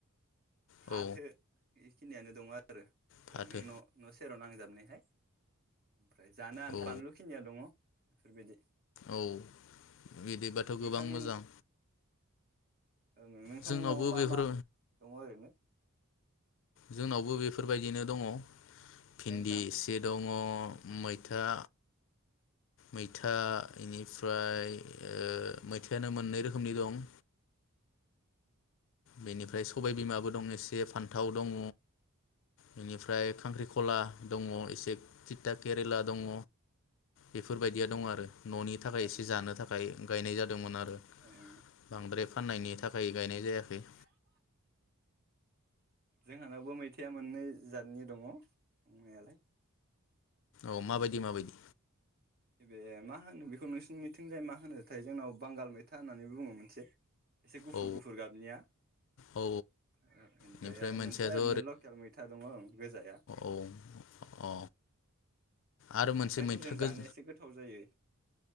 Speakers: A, on the right; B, on the left.
A: फाथो
B: औ
A: बेखिनियानो दं आरो आरो
B: फाथो
A: ओरैनो न' सेराव नांजाबनायखाय ओमफ्राय जानो आन्था
B: औ
A: बानलुखिनिया दङ बेफोरबायदि
B: औ बिदिबाथ'
A: नोंथांनि
B: गोबां मोजां
A: ओ नोंथांनि
B: जोंनावबो
A: न'आव मा
B: बेफोर
A: मा दङ ओरैनो
B: जोंनावबो बेफोरबायदिनो दङ
A: हेल'
B: भिन्दि
A: नोंथां
B: एसे दङ मैथा मैथा बेनिफ्राय ओ मैथायानो मोननै रोखोमनि दं बेनिफ्राय सबाय बिमाबो दं एसे फान्थाव दङ बेनिफ्राय खांख्रिखला दङ एसे थिता केरेला दङ बेफोरबायदिया दङ आरो न'नि थाखाय
A: ओं
B: एसे जानो थाखाय गायनाय जादोंमोन आरो
A: ओं
B: बांद्राय फाननायनि थाखाय गायनाय जायाखै
A: <unintelligible> जोंहानावबो मैथायाइआ मोननै जादनि दङ दंनायालाय
B: औ माबायदि माबायदि
A: ओइबे मा होनो बेखौ नोंसिनि मिथिंजाय मा होनोथाय जोंनाव बांगाल मैथा होननानै <unintelligible> मोन एसे गुफुर
B: औ
A: गुफुर गाबनियानिफ्राय
B: औ बेनिफ्राय
A: आरो
B: मोनसेयाथ'
A: मोनसे ओरैनो लकेल मैथा दङं गोजाया
B: औ अ आरो
A: खांख्राइफोरजों
B: मोनसे मैथा
A: जानो
B: गोज
A: एसे गोथाव जायो